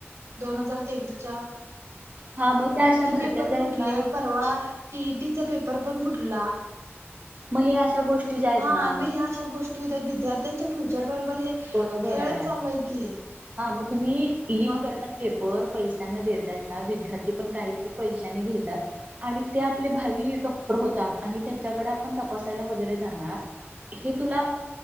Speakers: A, on the right; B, on the right.
A: दोन हजार तेवीसच्या.
B: हा मग त्या
A: किती
B: अशा भरत्या
A: पेपर
B: ज्या
A: फुटले
B: आहेत ना
A: परवा. टीईटीचा पेपर पण फुटला
B: मग हे अशा गोष्टी ज्या आहेत
A: हा
B: ना
A: आणि मग ह्या अशा गोष्टी. गोष्टी होतात विद्यार्थ्यांच्या फ्युचर बरोबर हे.
B: बरोबर
A: खेळत
B: आहे
A: चाललोय की
B: हा मग तुम्ही लीक
A: मग
B: करताय. पेपर पैशना देतायचा विद्यार्थी पण काही पैशाने घेतात. आणि ते आपले भावी डॉक्टर होतात आणि त्याच्याकडे आपण तपासायला वगैरे जाणार. हे तुला